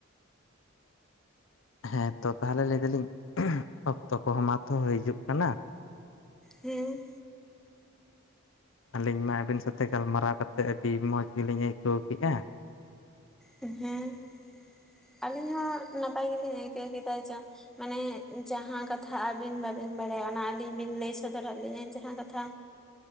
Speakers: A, on the left; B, in the centre.
A: ᱦᱮᱸ ᱛᱚ ᱛᱟᱦᱚᱞᱮ ᱞᱟᱹᱭ ᱫᱟᱞᱤᱧ ᱚᱠᱛᱚ ᱠᱚᱦᱚᱸ ᱢᱟᱛᱚ ᱦᱩᱭ ᱦᱤᱡᱩᱜ ᱠᱟᱱᱟ᱾
B: ᱦᱮᱸ
A: ᱟᱹᱞᱤᱧ ᱢᱟ ᱟᱹᱵᱤᱱ ᱥᱟᱶᱛᱮ ᱜᱟᱞᱢᱟᱨᱟᱣ ᱠᱟᱛᱮᱫ ᱟᱹᱰᱤ ᱢᱚᱸᱡᱽ ᱜᱮᱞᱤᱧ ᱟᱹᱭᱠᱟᱹᱣ ᱠᱮᱫᱼᱟ᱾
B: ᱦᱮᱸ ᱟᱹᱞᱤᱧ ᱦᱚᱸ ᱱᱟᱯᱟᱭ ᱜᱮᱞᱤᱧ ᱟᱹᱭᱠᱟᱹᱣ ᱠᱮᱫᱟ ᱡᱮ᱾ ᱢᱟᱱᱮ ᱡᱟᱦᱟᱸ ᱠᱟᱛᱷᱟ ᱟᱹᱵᱤᱱ ᱵᱟᱹᱵᱤᱱ ᱵᱟᱲᱟᱭᱟ ᱚᱱᱟ ᱟᱹᱞᱤᱧ ᱵᱤᱱ ᱞᱟᱹᱭ ᱥᱚᱫᱚᱨᱟᱜ ᱞᱤᱧᱟᱹ ᱡᱟᱦᱟᱸ ᱠᱟᱛᱷᱟ᱾